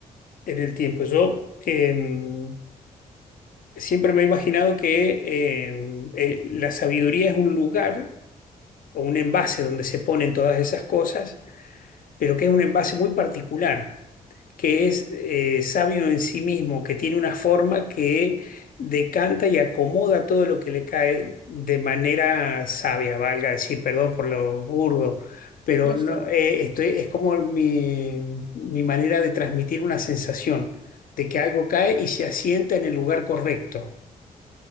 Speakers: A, on the left; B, on the right.
A: en el tiempo. Yo em, siempre me he imaginado que em, eh, la sabiduría es un lugar o un envase donde se ponen todas esas cosas pero que es un envase muy particular, que es eh, sabio en sí mismo, que tiene una forma que decanta y acomoda todo lo que le cae de manera sabia, valga decir, perdón por lo burdo, pero
B: no está
A: no,
B: bien.
A: eh, estoy- es como mi, mi manera de transmitir una sensación de que algo cae y se asienta en el lugar correcto,